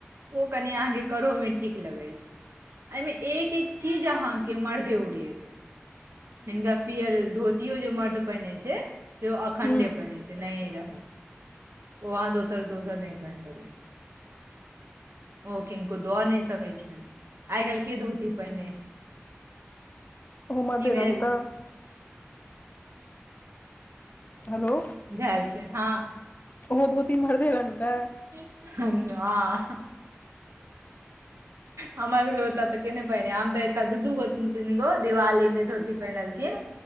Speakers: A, on the right; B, on the left.
A: ओ कनि अहाँके करहोमे ठीक लगैत छै एहिमे एक एक चीज अहाँके मरदे ओरियते हिनका पिअर धोतियो जे मर्द पहिनै छै से अखण्डे
B: हुँ
A: पहिनेै छै नहि रहल वो अहाँ दोसर दोसर नहि पहिर सकैत छै ओ किनको दऽ नहि सकैत छनि आइ काल्हि के धोती पहिने हे
B: ओहो मर्दे
A: भेल
B: रंगतेय हेलो
A: धैल छै हँ
B: ओहो धोती मरदे रङ्गतेय
A: हॉं हह हमर सभके ओतय तऽ केने पहिने आ हम तऽ एतय दू दू गो तीन तीन गो दिवालीमे धोती पहिरलखिन